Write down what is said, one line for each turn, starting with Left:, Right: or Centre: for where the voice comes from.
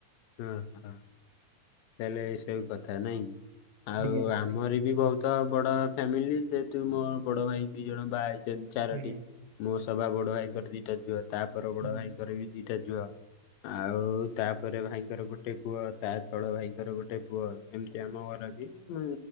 Left: ଓହୋ ତାହେଲେ ଏଇସବୁ କଥା ନାଇଁ କି? ଆଉ
Right: ଆଜ୍ଞା
Left: ଆମର ବି ବହୁତ ବଡ ଫ୍ୟାମିଲି ଯେହେତୁ ମୋ ବଡ ଭାଇ ଦି ଜଣ ବା ହେଇ <unintelligible> ଚାରଟି
Right: ଆଜ୍ଞା
Left: ମୋ ସଭା ବଡ ଭାଇଙ୍କର ଦିଟା ଝୁଅ ତାପ ବଡ ଭାଇଙ୍କର
Right: ଆଜ୍ଞା
Left: ବି ଦିଟା ଝୁଅ। ଆଉ ତାପରେ ଭାଇଙ୍କର ଗୋଟେ ପୁଅ ତା ତଳ ଭାଇଙ୍କର ଗୋଟେ ପୁଅ ଏମିତି ଆମ ଘରେ ବି ଉ